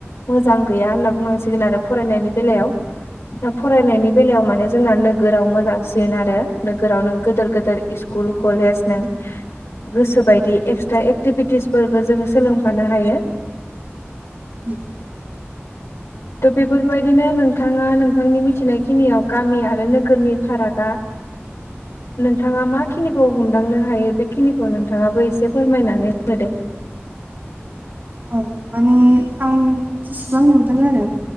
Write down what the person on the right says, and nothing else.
उम उम।
औ माने आं जिसिबां नुदों आरो